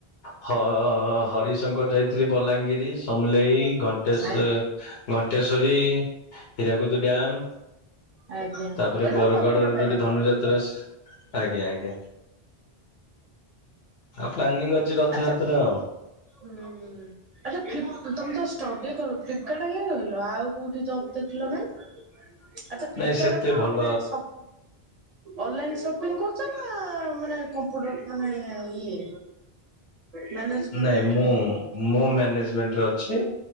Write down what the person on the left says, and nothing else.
ହ- ଅ- ଅ ହରିଶ ଶଙ୍କର ଯାଇଥିଲି ବଲାଙ୍ଗୀର ସମୁଲେଇ ଘଟେଶ
ଘଣ୍ଟେଶ୍ଵରୀ ହୀରାକୁଦ ଡ଼୍ୟାମ,
ତାପରେ
ବରଗଡ
ଯୋଉଠି ଧନୁଯାତ୍ରା ଆଜ୍ଞା ଆଜ୍ଞା। ଆଉ ପ୍ଲାନିଂ ଅଛି ରଥଯାତ୍ରା
ଆଉ।
ନାଇଁ ସେତେ
ଭଲ
ନାଇଁ ମୁଁ ମୁଁ ମ୍ୟାନେଜମେଣ୍ଟରେ ଅଛି।